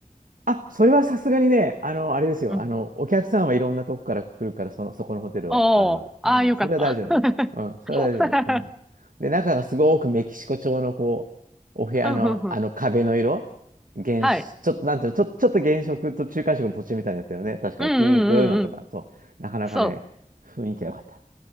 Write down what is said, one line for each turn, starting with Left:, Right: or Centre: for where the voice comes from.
Right: あ、それはさすがにね、あの、あれですよ。
Centre: うん。
Right: あの、お客さんはいろんなとこから来るから、その、そこのホテルは。
Centre: おー、
Right: あの、
Centre: ああ、
Right: うん、
Centre: よかった。
Right: それは大丈夫。
Centre: <laughs>
Right: うん、それは大丈夫。うん。で、中がすごくメキシコ調の、こう、お部屋の、
Centre: ふんふんふん。
Right: あの壁の色、原色、
Centre: はい。
Right: ちょっと、なんていうの、ちょ、ちょっと原色と中間色の途中みたいなやつだよね。確かに、
Centre: うんうんうんうん。
Right: ピンクのとか、そう。なかなかね、
Centre: そう。
Right: 雰囲気が良かった。